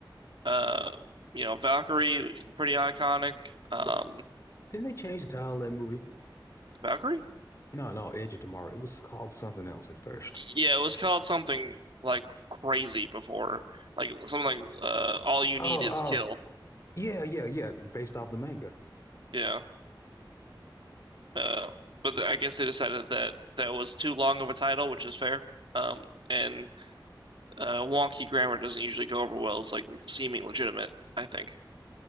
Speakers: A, on the right; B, on the left.
A: Uh you know, Valkyrie, pretty iconic. Um
B: What- Didn't they change the title of that movie?
A: Valkyrie?
B: No, no, Edge of Tomorrow. It was called something else at first.
A: Yeah, it was called something like crazy before. Like something like uh All You
B: Oh,
A: Need Is
B: oh,
A: Kill.
B: yeah, yeah, yeah. Based off the manga.
A: Yeah. Uh but I guess they decided that that was too long of a title, which is fair. Um and uh, wonky grammar doesn't usually go over well. It's like seeming legitimate, I think.